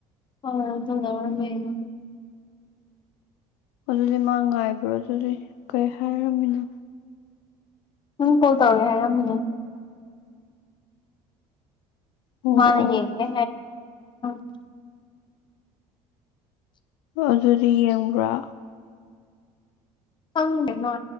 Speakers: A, on the left; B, on the left.
A: ꯑ ꯇꯧꯅꯃꯔꯝꯃꯦ ꯌꯨ
B: ꯑꯗꯨꯗꯤ ꯃꯥ ꯉꯥꯏꯕ꯭ꯔꯣ ꯑꯗꯨꯗꯤ ꯀꯩ ꯍꯥꯏꯔꯝꯃꯤꯅꯣ
A: ꯅꯪ ꯀꯣꯜ ꯇꯧꯋꯦ ꯍꯥꯏꯔꯝꯃꯅꯨ
B: ꯑꯣ
A: ꯃꯥꯅ
B: ꯑꯣ
A: ꯌꯦꯡꯒꯦ <unintelligible>
B: ꯑꯗꯨꯗꯤ ꯌꯦꯡꯕ꯭ꯔꯥ
A: ꯈꯪꯗꯦ ꯃꯥ